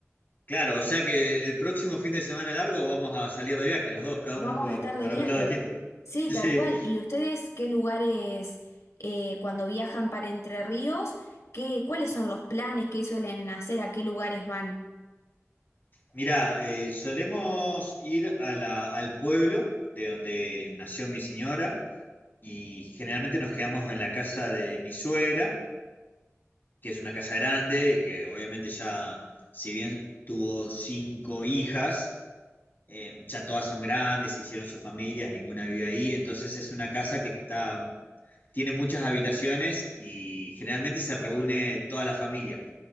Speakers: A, on the left; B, on the left.
A: Claro, o sea que el próximo fin de semana largo vamos a salir de viaje, los dos, cada
B: Vamos
A: uno pa-
B: a estar
A: para
B: de viaje.
A: un lado distinto. <laughs>
B: Sí,
A: Sí,
B: tal cual. ¿Y ustedes qué lugares eh, cuando viajan para Entre Ríos, qué, cuáles son los planes que suelen hacer, a qué lugares van?
A: Mirá, eh, solemos ir a la- al pueblo de donde nació mi señora y generalmente nos quedamos en la casa de mi suegra, que es una casa grande, que obviamente ya, si bien tuvo cinco hijas, eh, ya todas son grandes, hicieron sus familias, ninguna vive ahí, entonces es una casa que está, tiene muchas habitaciones y generalmente se reúne toda la familia.